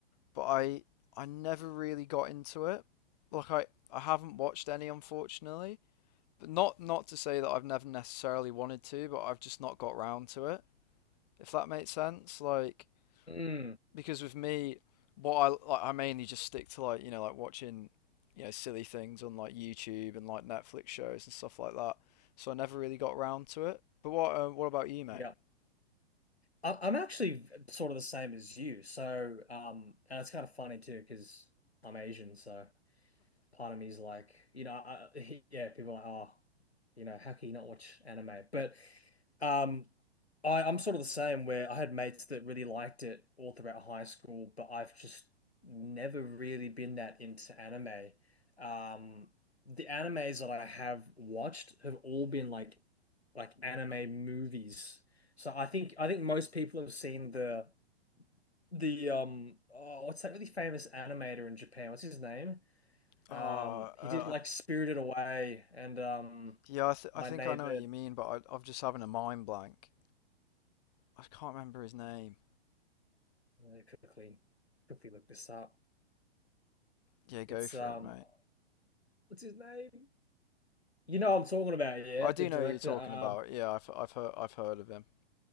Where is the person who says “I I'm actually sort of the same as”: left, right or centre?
Left